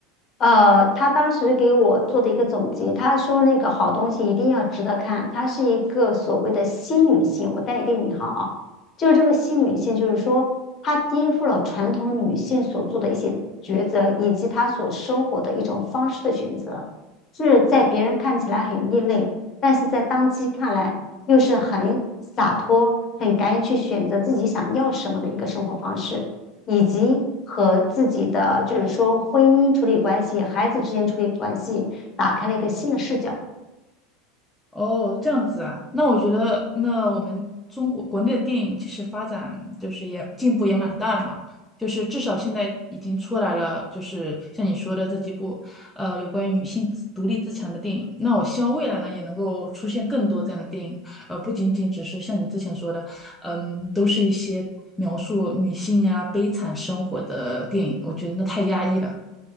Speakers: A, on the left; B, in the centre.
A: 呃，他当时给我做的一个总结，他说那个好东西一定要值得看，它是一个所谓的新女性，我带一个引号啊，就是这个新女性，就是说她颠覆了传统女性所做的一些抉择，以及她所生活的一种方式的选择。是在别人看起来很异类，但是在当机看来又是很洒脱、很敢于去选择自己想要什么的一个生活方式，以及和自己的就是说婚姻处理关系、孩子之间处理关系，打开了一个新的视角。
B: 哦，这样子啊，那我觉得，那我们中国国内的电影其实发展就是也进步也蛮大的嘛，就是至少现在已经出来了，就是像你说的这几部，呃，有关于女性自独立自强的电影。那我希望未来呢，也能够出现更多这样的电影，呃，不仅仅只是像你之前说的，嗯，都是一些描述女性呀、悲惨生活的电影，我觉得那太压抑了。